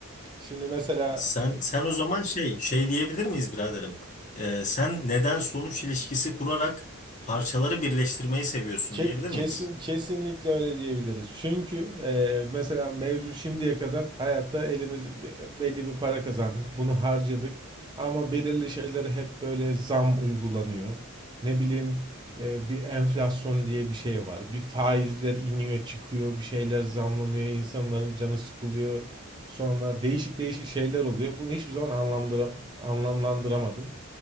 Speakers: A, on the right; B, on the left.
A: Şimdi mesela
B: Sen sen o zaman şey şey diyebilir miyiz biraderim? Ee, sen neden sonuç ilişkisi kurarak parçaları birleştirmeyi seviyorsun
A: Ke-
B: diyebilir
A: Kesin
B: miyiz?
A: kesinlikle öyle diyebiliriz. Çünkü e, mesela mevcut şimdiye kadar hayatta elimiz be- belli bir para kazandık. Bunu harcadık. Ama belirli şeylere hep böyle zam uygulanıyor. Ne bileyim e, bir enflasyon diye bir şey var. Bir faizler iniyor çıkıyor. Bir şeyler zamlanıyor. insanların canı sıkılıyor. Sonra değişik değişik şeyler oluyor. Bunu hiçbir zaman anlamlandıra- anlamlandıramadım.